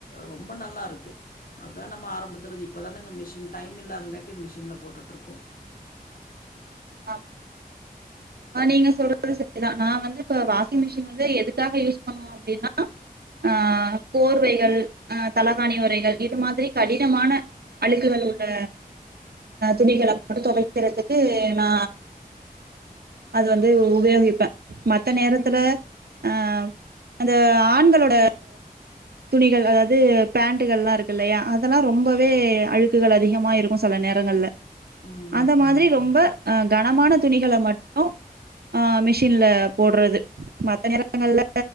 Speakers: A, on the left (about 65°); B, on the right (about 85°).
A: ரொம்ப நல்லாருக்கு அதுதா நம்ம ஆரம்பத்துலல்லா இப்பதானங்க மிஷின் டைம் இல்லாதங்காட்டி மிஷின்ல போட்டுட்டுருக்கோ
B: அ ஆ நீங்க சொல்றது இதா நா வந்து இப்ப வாஷிங் மிஷின் வந்து எதுக்காக யூஸ் பண்ணுவே அப்படின்னா ஆஹ் போர்வைகள் அ தலகாணி உரைகள் இது மாதிரி கடினமான அழுக்குகள் உள்ள துணிகளை மட்டு துவைக்கிறதுக்கு நா அது வந்து உபயோகிப்பே மற்ற நேரத்துல ஆஹ் அந்த ஆண்களோட துணிகள் அதாவது பேண்ட்டுகள்லா இருக்குல்லையா அதல்லா ரொம்பவே அழுக்குகள் அதிகமா இருக்கும் சில நேரங்கள்ல
A: ம்,
B: அந்த மாதிரி
A: ம்,
B: ரொம்ப ஆ கனமான துணிகள மட்டு ஆ மிஷின்ல போட்றது மத்த நேரங்கள்ல